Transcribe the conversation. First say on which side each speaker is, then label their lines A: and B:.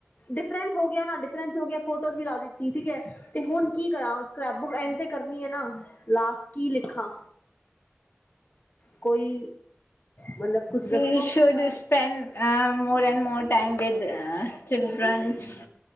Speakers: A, on the left (about 45°); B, on the left (about 60°).
A: ਡਿਫਰੈਂਸ ਹੋ ਗੇਆ ਨਾ, ਡਿਫਰੈਂਸ ਹੋ ਗੇਆ, ਫੋਟੋਜ਼ ਵੀ ਲਾ ਦਿੱਤੀ, ਠੀਕ ਐ ਤੇ ਹੁਨ ਕੀ ਕਰਾਂ, ਸਕ੍ਰੈਪ ਬੁੱਕ ਐਂਡ ਤੇ ਕਰਨੀ ਆ ਨਾ ਲਾਸਟ ਕੀ ਲਿਖਾਂ? ਕੋਈ, ਮਤਲਬ ਕੁਛ ਦੱਸੋ
B: ਵੀ should spend uh more and more time with uh childrens.